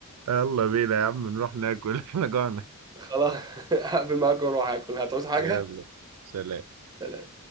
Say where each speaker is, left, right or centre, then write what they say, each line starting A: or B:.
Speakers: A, on the right (about 75°); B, on the right (about 20°).
A: يلا بينا يا عم نروح ناكل <laughs> احنا جوعنا
B: خلاص <laughs> هقفل معاك واروح اكل هتعوز حاجة
A: يلا سلام
B: سلام